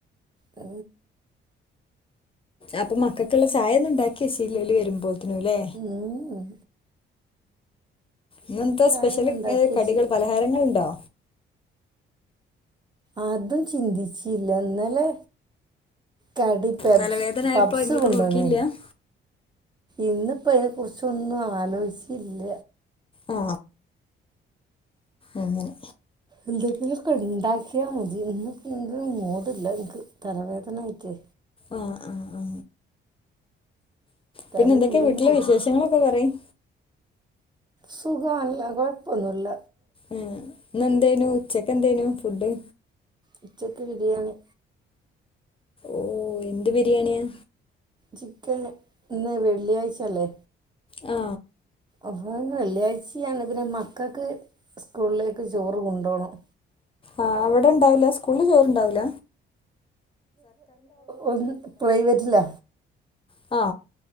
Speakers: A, on the right; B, on the left.
A: അ
B: അപ്പൊ മക്കൾക്കുള്ള ചായ ഒന്നും ഉണ്ടാക്കി വശീല്ലലി വരുമ്പോത്തിനുംല്ലേ
A: ഉം.
B: ഇന്നെന്താ
A: സാധനം
B: സ്പെഷ്യല്
A: ഉണ്ടാക്കിയ
B: ഏ കടികൾ
A: ചെയ്യും
B: പലഹാരങ്ങള്ണ്ടോ
A: അതും ചിന്തിച്ചില്ല ഇന്നലേ കടി പബ്സ്
B: തലവേദന ആയപ്പോ
A: പബ്സ്
B: അയ്മക്ക്
A: കൊണ്ട്
B: നോക്കിയില്ല
A: വന്നാരുന്ന് ഇന്നിപ്പോ അതിനെ കുറിച്ചൊന്നും ആലോയിച്ചില്ല
B: ആ അങ്ങനെ
A: എന്തങ്കിലൊക്കെ ഇണ്ടാക്കിയാ മതി <unintelligible> എന്തും മോടില്ല എനക്ക് തലവേദനയിട്ടേ
B: ആ ആ ആ
A: തലനുള്ളെന്ന്
B: പിന്നെ എന്തൊക്കെയാ വീട്ടിലെ
A: കു-
B: വിശേഷങ്ങളൊക്കെ പറയും
A: സുഖല്ല കുഴപ്പൊന്നുല്ല
B: ഉം ഇന്ന് എന്തേനു ഉച്ചക്കെന്തേനു ഫുഡ്
A: ഉച്ചക്ക് ബിരിയാണി
B: ഓ എന്ത് ബിരിയാണിയാ
A: ചിക്കൻ ഇന്ന് വെള്ളിയാഴ്ചല്ലേ
B: ആ
A: അപ്പ വെള്ളിയാഴ്ചയാണ് പിന്നെ മക്കൾക്ക് സ്കൂളിലേക്ക് ചോറ് കൊണ്ടോണം
B: ആഹ് അവിടെ ഇണ്ടാവില്ല സ്കൂളില് ചോറ്ണ്ടാവില്ല
A: ഒ പ്രൈവറ്റില്ല
B: ആ